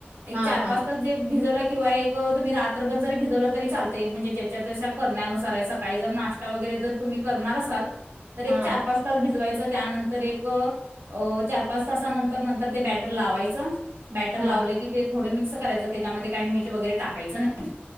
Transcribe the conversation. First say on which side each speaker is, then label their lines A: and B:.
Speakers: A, on the right (about 85°); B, on the right (about 55°).
A: एक
B: हां,
A: चार
B: हां,
A: पाच तास जे भिजवला, किंवा एक तुम्ही रात्रभर जरी भिजवलं तरी चालते म्हणजे ज्याच्या त्याच्या करण्यानुसार सकाळी जर नाश्ता वगैरे, जर तुम्ही करणार असाल तर एक
B: हां,
A: चार-पाच तास भिजवायचं त्यानंतर एकअं चार, पाच तासा नंतर नंतर ते बॅटर लावायचं बॅटर
B: हां,
A: लावले की ते थोडे मिक्स करायच त्याच्यामध्ये काय मीठ वगैरे टाकायचं नाही.